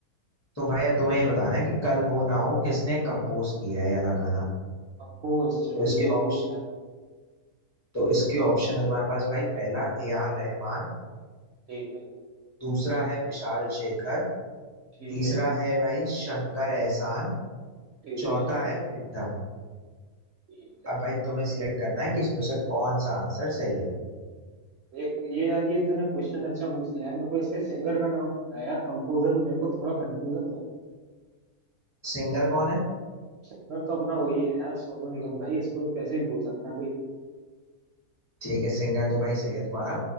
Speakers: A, on the left (about 20°); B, on the right (about 65°).
A: तो भाई अब तुम्हें ये बताना है कि कल हो ना हो किसने कंपोज किया है ये वाला गाना
B: अब पूछ चल
A: तो
B: ठीक
A: इसके
B: है
A: ऑप्शन
B: पूछ यार
A: तो इसके ऑप्शन है तुम्हारे पास भाई पहला ए आर रहमान
B: ठीक है
A: दूसरा है विशाल शेखर
B: ठीक
A: तीसरा
B: है
A: है भाई शंकर एहसान
B: ठीक
A: चौथा
B: है
A: है प्रीतम
B: ठीक है
A: अब भाई तुम्हें सिलेक्ट करना है कि इसमें से कौन सा आंसर सही है
B: ये ये यार ये तूने क्वेश्चन अच्छा पूछ लिया है मेरे को इसके सिंगर का नाम पता है यार कंपोजर में मेरे को थोड़ा कंफ्यूजन तो
A: सिंगर कौन है
B: सिंगर तो अपना वही है यार सोनू निगम भाई इसको तो कैसे ही भूल सकता है कोई
A: ठीक है सिंगर तो भाई सही है तुम्हारा